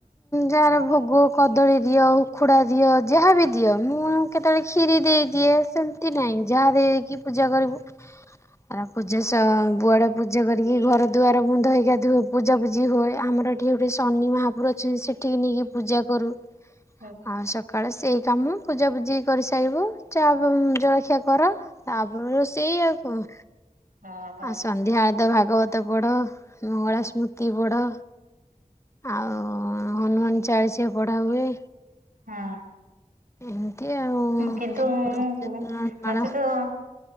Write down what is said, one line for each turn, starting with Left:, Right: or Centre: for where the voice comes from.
Left: ଯାହାର ଭୋଗ କଦଳୀ ଦିଅ ଉଖୁଡ଼ା ଦିଅ ଯାହା ବି ଦିଅ ମୁଁ କେତେବେଳେ କ୍ଷୀରି ଦେଇଦିଏ ସେମ୍ତି ନାହିଁ ଯାହା ଦେଇକି ପୂଜା କରିବୁ ଆ ପୂଜା ସ ବୁଆଡେ ପୂଜା କରିକି ଘର ଦୁଆର ବନ୍ଧ ହେଇକି ଗାଧୁଅ ହେବୁ ପୂଜାପୂଜି ହୁଏ ଆମର ଏଠି ଗୋଟଏ ଶନି ମହାପୁୁର ଅଛି ସେଠିକି ନେଇକି ପୂଜା କରୁ
Right: ହୁଁ।
Left: ଆଉ ସକାଳେ ସେଇ କାମ ପୂଜାପୂଜି କରିସାରିବୁ ଚା ଜଳଖିଆ କର ତାପରେ ରୋଷେଇ ଆଉ ଙ୍କ
Right: ହଁ ହଁ
Left: ଆଉ ସନ୍ଧ୍ୟା ଆଳତ ଭାଗବତ ପଢ ମଙ୍ଗଳା ସ୍ମୃତି ପଢ ଆଉ ହନୁମାନ୍ ଚାଳିଶିଆ ପଢ଼ା ହୁଏ।
Right: ହଁ।
Left: ଏମିତି ଆଉ।
Right: କିନ୍ତୁ
Left: ଠାକୁର
Right: ମୁଁପୁ
Left: ପୂଜା ଦିନ ମାଳ
Right: ମତେ ତ